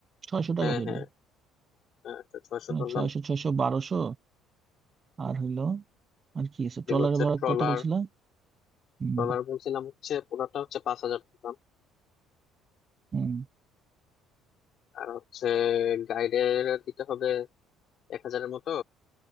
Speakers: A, on the right (about 25°); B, on the left (about 50°).
A: ছয়শো
B: হ্যাঁ
A: টাকা ধরি
B: হ্যাঁ হ্যাঁ তো ছয়শো ধরলাম
A: ছয়শো ছয়শো বারোশো আর হইলো আর কি আছে
B: এদিকে
A: ট্রলারের
B: হচ্ছে
A: ভাড়া
B: ট্রলার
A: কত বলছিলাম হুম
B: ট্রলার বলছিলাম হচ্ছে পুরাটা হচ্ছে পাঁচ হাজার ধরলাম
A: হুম
B: আর হচ্ছে গাইডের দিতে হবে এক হাজারের মতো